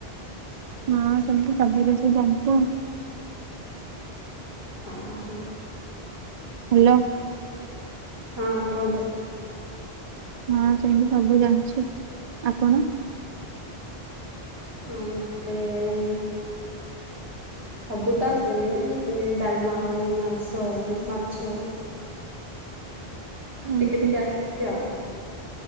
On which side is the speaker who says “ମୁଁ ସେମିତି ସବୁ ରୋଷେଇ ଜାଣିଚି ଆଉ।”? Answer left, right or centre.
Right